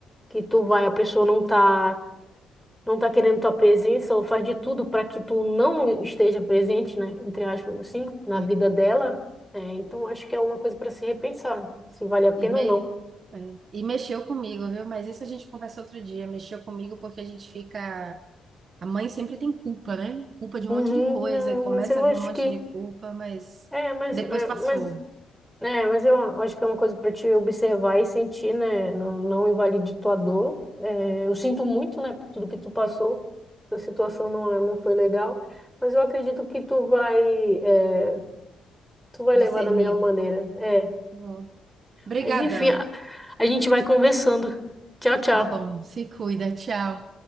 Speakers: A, in the centre; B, on the right.
A: que tu vai, a pessoa não tá, não tá querendo tua presença ou faz de tudo para que tu não esteja presente, né, entre aspas, assim, na
B: É,
A: vida dela. É, então acho que é uma coisa para se repensar, se vale a pena
B: E, me-
A: ou não.
B: é, e mexeu comigo, viu? Mas isso a gente conversa outro dia. Mexeu comigo porque a gente fica A mãe sempre tem culpa, né? Culpa de
A: Uhum,
B: um monte de coisa,
A: não,
B: e começa
A: mas eu
B: a vir
A: acho
B: um monte
A: que
B: de culpa, mas
A: é, mas,
B: depois
A: é,
B: passou,
A: mas É, mas eu acho que é uma coisa para te observar e sentir, né? Não, não invalide tua dor. É, eu sinto muito, né, por tudo que tu passou. A situação não, é- não foi legal, mas eu acredito que tu vai, é, tu vai
B: discerniram.
A: levar da melhor maneira. É.
B: Bom, Brigadão.
A: Mas enfim, a a gente vai conversando. Tchau, tchau.
B: Tá bom, se cuida, tchau.